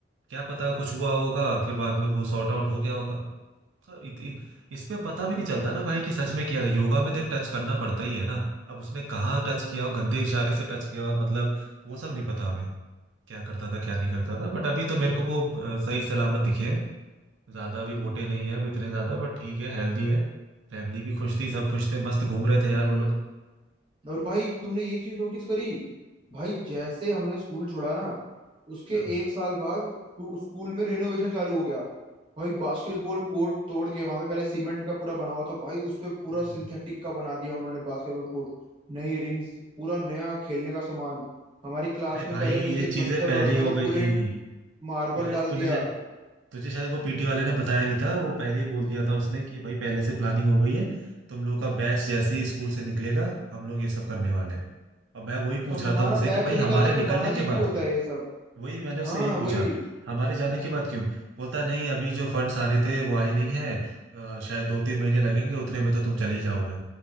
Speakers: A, on the right; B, on the right.
A: क्या पता कुछ हुआ होगा फिर बाद में वो सॉर्ट आउट हो गया होगा हाँ, इत, इ- इस पे पता
B: हम्म
A: भी नहीं चलता ना भाई कि सच में किया था योगा में देख टच करना पड़ता ही है ना अब उसने कहाँ टच
B: हम्म
A: किया हो गंदे इशारे से टच किया हो मतलब वो सब नहीं पता हमें क्या करता था क्या नहीं करता था बट अभी तो मेरे को वो अ, सही सलामत दिखे हैं ज्यादा भी
B: हम्म,
A: मोटे नहीं है अब इतने ज्यादा बट ठीक है हेल्दी है फैमिली भी खुश थी सब खुश थे मस्त घूम
B: सही
A: रहे थे यार वो
B: है
A: लोग
B: और भाई तुमने ये चीज नोटिस करी भाई जैसे हमने स्कूल छोड़ा ना उसके
A: हाँ
B: एक साल बाद स्कू- स्कूल में रेनोवेशन चालू हो गया भाई बास्केटबॉल कोर्ट तोड़ के वहां पे पहले सीमेंट का पूरा बना हुआ था भाई उस पे पूरा
A: हम्म।
B: सिंथेटिक का बना दिया उन्होंने बास्केटबॉल कोर्ट नई रिंग्स पूरा नया खेलने का सामान हमारी क्लास
A: अरे
B: में
A: भाई
B: पहले
A: ये
B: नीचे
A: चीजें
B: प्लस्तर
A: पहले
B: हो रखा
A: ही हो
B: था
A: गई
B: पूरे
A: थी
B: मार्बल
A: तुझे
B: डाल
A: तुझे
B: दिया
A: तुझे शायद वो पीटी वाले ने बताया नहीं था वो पहले ही बोल दिया था उसने कि भाई पहले से प्लानिंग हो गई है तुम लोग का बैच जैसे ही स्कूल से निकलेगा हम लोग ये सब करने वाले हैं और मैं वही पूछ
B: तो
A: रहा
B: हमारा
A: था उनसे
B: बैच
A: कि भाई
B: निकलने
A: हमारे
B: के
A: निकलने
B: बाद
A: के
B: ही
A: बाद
B: क्यों होता
A: क्यों
B: है ये सब
A: वही मैंने उससे
B: हाँ
A: यही पूछा
B: वही
A: हमारे जाने के बाद क्यों बोलता है, नहीं अभी जो फंड्स आ रहे थे वो आए नहीं है अ, शायद दो तीन महीने लगेंगे उतने में तो तुम चले ही जाओगे